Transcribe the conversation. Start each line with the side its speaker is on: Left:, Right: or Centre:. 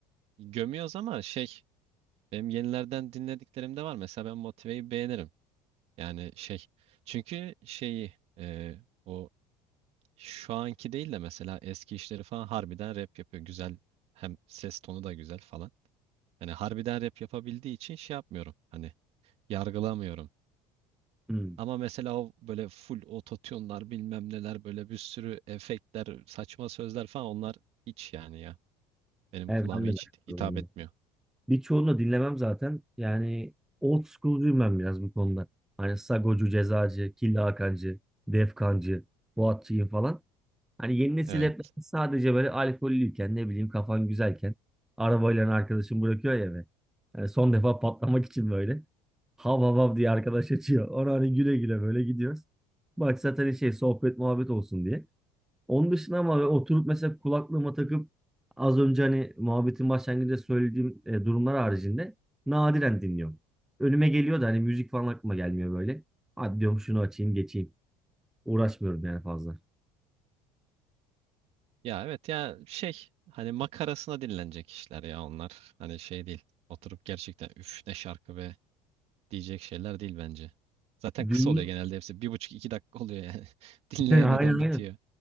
Right: gömüyoruz ama şey benim yenilerden dinlediklerim de var. Mesela ben Motive'yi beğenirim. Yani şey çünkü şeyi e, o şu anki değil de mesela eski işleri falan harbiden rap yapıyor. Güzel hem ses tonu da güzel falan. Hani harbiden rap yapabildiği için şey yapmıyorum. Hani yargılamıyorum.
Centre: Hmm.
Right: Ama mesela o böyle full ototune'lar bilmem neler böyle bir sürü efektler saçma sözler falan onlar hiç yani ya. Benim
Centre: Evet
Right: kulağıma
Centre: ben
Right: hiç
Centre: de merak ediyorum
Right: hitap
Centre: onları.
Right: etmiyor.
Centre: Birçoğunu da dinlemem zaten. Yani old school'cuyum ben biraz bu konuda. Hani Sagocu, Cezacı, Killa Hakancı, Defkancı, Fuatçı'yım falan. Hani yeni nesil
Right: Evet.
Centre: rapler sadece böyle alkollüyken ne bileyim kafan güzelken arabayla hani arkadaşın bırakıyor ya eve. Hani son defa patlamak için böyle. Hav hav hav diye arkadaş açıyor. Ona hani güle güle böyle gidiyoruz. Bak zaten şey sohbet muhabbet olsun diye. Onun dışında ama böyle oturup mesela kulaklığıma takıp az önce hani muhabbetin başlangıcında söylediğim e, durumlar haricinde nadiren dinliyorum. Önüme geliyor da hani müzik falan aklıma gelmiyor böyle. Hadi diyorum şunu açayım geçeyim. Uğraşmıyorum yani fazla.
Right: Ya evet ya şey hani makarasına dinlenecek işler ya onlar. Hani şey değil. Oturup gerçekten üf ne şarkı be diyecek şeyler değil bence. Zaten kısa
Centre: Dünya...
Right: oluyor genelde hepsi. Bir buçuk iki dakika oluyor yani. <laughs> Dinleyemeden
Centre: <laughs> Aynen aynen.
Right: bitiyor.